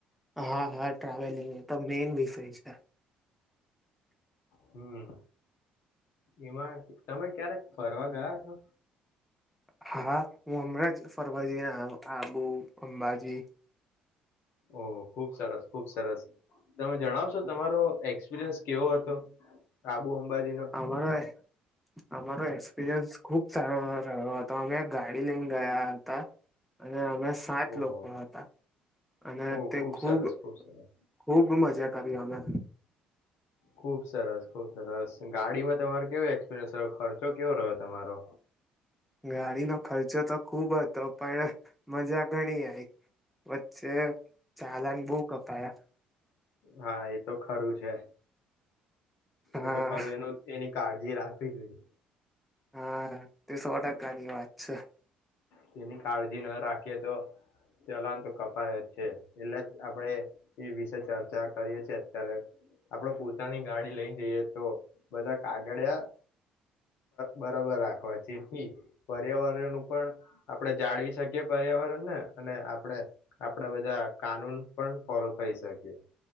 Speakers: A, in the centre; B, on the left.
A: હા હા ટ્રાવેલિંગ ત મેન વિષય છે,
B: હમ્મ એમાં તમે ક્યારેક ફરવા ગયા છો?
A: હા, હું હમણાં જ ફરવાજીને આવ્યો, આબુ અંબાજી
B: ઓ ખુબ સરસ ખુબ સરસ તમે જણાવશો તમારો એક્સપિરિયન્સ કેવો હતો? બુ અંબાજી નો?
A: અમારો અમારો એક્સપિરિયન્સ ખુબ સારો રહ્યો હતો, અમે ગાડી લઈને ગયા હતા, અને અમે સાત
B: ઓહો
A: લોકો હતા, અને
B: ઓહ
A: તે
B: ખુબ
A: ખૂબ
B: સરસ ખુબ સરસ
A: ખુબ મજા કાર્યોને
B: ખુબ સરસ ખુબ સરસ ગાડીમાં તમારો કેવો એક્સપિરિયન્સ રહ્યો ખર્ચો કેવો રહ્યો તમારો?
A: ગાડીનો ખર્ચો તો ખુબ હતો, પણ મજા ગણી આવીઈ વચ્ચે ચાલાને બહ કપાયા
B: હા એ તો ખરું છે,
A: હા
B: એ તો ખરું એનું એની કાળજી રાખવી જોઈએ,
A: હા, તે સો ટકાની વાત છે,
B: તેની કાળજી ના રાખીએ તો ચલાન તો કપાય જ છે, એટલે જ આપડે એ વિષ ચર્ચા કરીએ છીએ, અત્યારે આપડે પોતાની ગાડી લઈ જઈએ તો બધા કાગળયા બરોબર રાખવા છે પર્યાવરણ નું પણ આપણેે જાળવી શકીએ, પર્યાવરણને અને આપડે આપડા બધા કાનૂન પણ ફોલો કરી શકીએ.